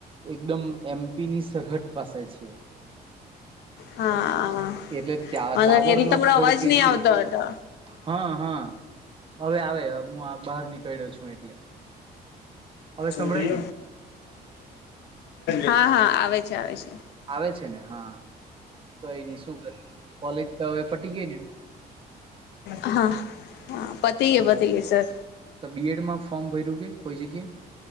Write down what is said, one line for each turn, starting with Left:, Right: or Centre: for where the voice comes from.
Right: એકદમ એમપી ની સરહદ પાસે છ
Left: હા વાંધો
Right: એટલે ત્યા ટાવર
Left: નહી એટલે
Right: નો
Left: તમારો
Right: થોડોક
Left: અવાજ
Right: કસ્સુ
Left: નહી આવતો હતો
Right: હા હા હવે આવે હું બહાર નીકળ્યો છું એટલે હવે સંભળાય
Left: ોરી
Right: ને
Left: હા હા આવે છે આવે છે
Right: આવે છે ને હા કઈ નઈ શું કરે કોલેજ તો હવે પટી ગઈ ને
Left: હા હા પતી પતીએ સર
Right: તો બીએડમાં ફોર્મ ભર્યું કે કોઈ જગ્યાએ